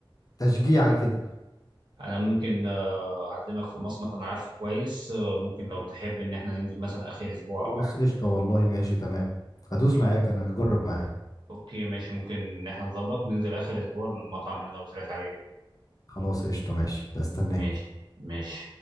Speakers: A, on the left; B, on the right.
A: تشجيعه كده
B: أنا ممكن آه، أعزمك في مصمت أنا عارفه كويس آه، ممكن لو
A: مم.
B: تحب إن إحنا ننزل مثلا آخر أسبوع
A: خلاص
B: أو حاجة
A: قشطه والله ماشي تمام هدوس
B: أوكي
A: معاك انا هجرب معاك
B: أوكي ماشي ممكن إن إحنا نظبط وننزل آخر أسبوع للمطعم اللي أنا قلت لك عليه
A: خلاص قشطة ماشي استناك
B: ماشي ماشي